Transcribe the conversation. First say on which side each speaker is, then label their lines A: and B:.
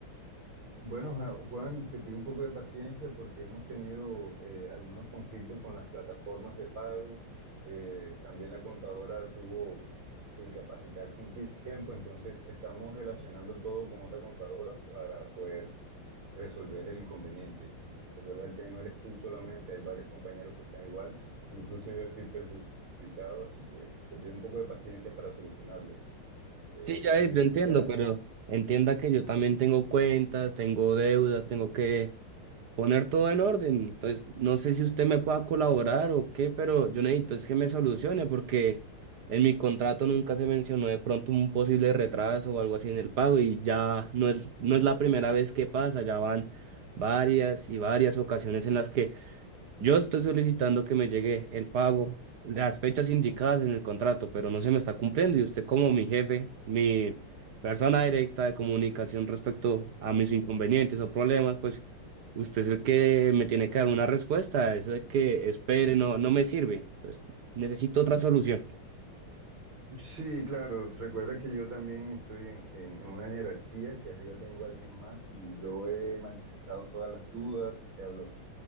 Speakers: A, on the right (about 70°); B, on the right (about 50°).
A: Bueno, Ja- Juan, te pido un poco de paciencia porque hemos tenido eh, algunos conflictos con las plataformas de pago. Eh, también la contadora tuvo que incapacitarse un tiempo, entonces estamos relacionando todo con otra contadora para poder resolver el inconveniente. Recuerda que no eres tú solamente, hay varios compañeros que están igual. Incluso yo estoy perjudicado, así que te pido un poco de paciencia para solucionarlo. Eh,
B: Sí, Jair,
A: si necesitas
B: yo entiendo, pero entienda que yo también tengo cuentas, tengo deudas, tengo que poner todo en orden. Entonces, no sé si usted me pueda colaborar o qué, pero yo necesito es que me solucione porque en mi contrato nunca se mencionó de pronto un posible retraso o algo así en el pago y ya no es, no es la primera vez que pasa, ya van varias y varias ocasiones en las que yo estoy solicitando que me llegue el pago, las fechas indicadas en el contrato, pero no se me está cumpliendo y usted como mi jefe, mi persona directa de comunicación respecto a mis inconvenientes o problemas, pues usted es el que me tiene que dar una respuesta, eso de que espere no, no me sirve, pues necesito otra solución.
A: Sí, claro. Recuerda que yo también estoy en, en una jerarquía, que arriba tengo a alguien más y yo he manifestado todas las dudas, he hablado